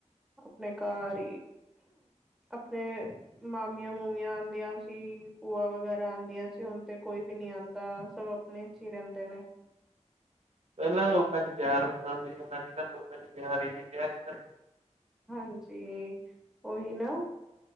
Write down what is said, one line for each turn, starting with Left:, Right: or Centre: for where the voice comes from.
Centre: ਆਪਣੇ ਘਰ ਈ ਆਪਣੇ ਮਾਮੀਆਂ-ਮੂਮੀਆਂ ਆਂਦੀਆਂ ਸੀ। ਭੂਆ ਵਗੈਰਾ ਆਂਦੀਆਂ ਸੀ। ਹੁਣ ਤੇ ਕੋਈ ਵੀ ਨੀ ਆਂਦਾ ਸਭ ਆਪਣੇ ਚ ਈ ਰੈਦੇ ਨੇ
Right: ਪੈਲਾਂ ਲੋਕਾਂ ਚ ਪਿਆਰ ਹੁੰਦਾ ਸੀ। ਅੱਜ-ਕੱਲ੍ਹ ਲੋਕਾਂ ਚ ਪਿਆਰ ਈ ਨਈ ਰਿਆ ਹੈਗਾ।
Centre: ਹਾਂਜੀ ਓਹੀ ਨਾ